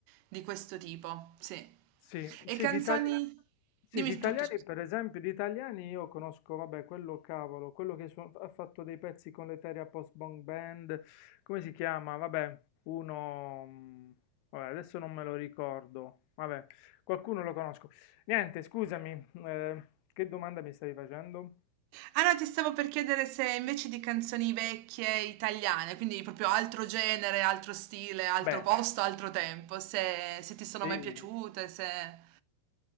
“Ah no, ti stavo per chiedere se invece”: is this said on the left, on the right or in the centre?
Right